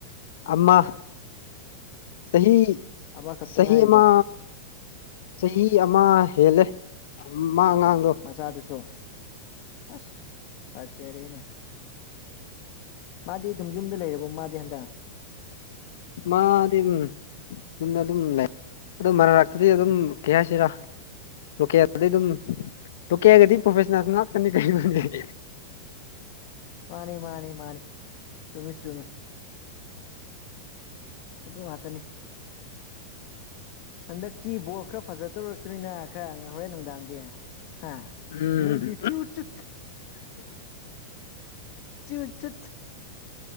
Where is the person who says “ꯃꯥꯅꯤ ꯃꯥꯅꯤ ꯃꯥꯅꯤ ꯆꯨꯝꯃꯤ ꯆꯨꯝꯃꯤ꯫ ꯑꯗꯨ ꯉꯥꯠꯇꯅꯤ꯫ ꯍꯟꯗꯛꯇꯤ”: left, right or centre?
Left